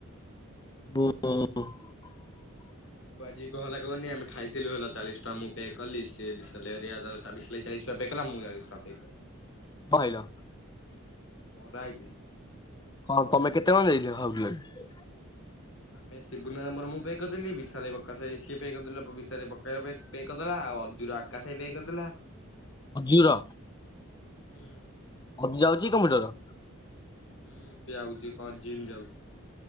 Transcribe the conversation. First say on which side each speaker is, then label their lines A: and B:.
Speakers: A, on the left; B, on the left.
A: <unintelligible>
B: ଆଉ ଆଜି କହନା କହନି ଆମେ ଖାଇଥିଲୁ ହେଲା ଚାଳିଶ ଟଙ୍କା ମୁଁ ପେ କଲି। ସେ ବିସାଲ ହେରିକା <unintelligible> ଚାଳିଶ ଟଙ୍କା ପେ କଲା, ମୁଁ ଚାଳିଶ ଟଙ୍କା ପେ କଲି।
A: କହିଲ
B: ଖରା ହେଇଥିଲା।
A: ହଁ ତମେ କେତେ? କେତେ ଜଣ <unintelligible> ଖାଉଥିଲ କି?
B: ଆମେ ଶିବୁନିର ମୋର ମୁଁ ପେ କରିଦେଲି। ବିଶାଲ ଭାଇ ପ୍ରକାଶ ଭାଇ ସିଏ ପେ କରିଦେଲା । ବିଶାଲ ଭାଇ ପ୍ରକାଶ ଭାଇ ପାଇଁ ପେ କରିଦେଲା। ଆଉ ଅଜୁର ଆକାଶ ଭାଇ ପେ କରିଦେଲା।
A: ଅଜୁର।
B: ଆଉ ହୁଁ।
A: ଅଜୁ ଯାଉଛି କମ୍ପ୍ୟୁଟର?
B: ହୁଁ ସେ ଆଉଛି କଣ ଜିମ୍ ଯାଉଛି।